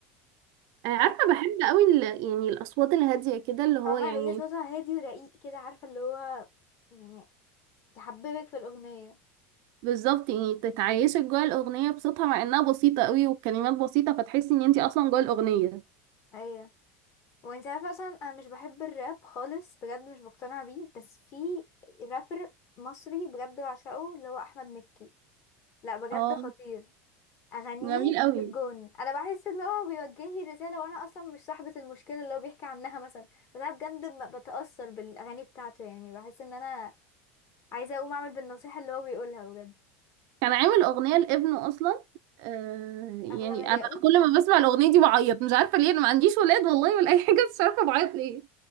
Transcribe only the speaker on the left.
آه،
اما
هي صوتها هادي ورقيق كده عارفة اللي هو يعني تحببك في الاغنية
ايوه وانتي عارفة اصلا انا مش بحب الراب خالص بجد مش بقتنع بيه بس في رابر مصري بجد بعشقه اللي هو احمد مكي لا بجد
خطير اغانيه
في الجون انا بحس ان هو بيوجه لي رساله وانا اصلا مش صاحبه المشكله اللي هو بيحكي عنها مثلا بس انا بجد ب- بتاثر بالاغاني بتاعته يعني بحس ان انا عايزه اقوم اعمل بالنصيحه اللي هو بيقولها بجد
اغلى من
الياقوت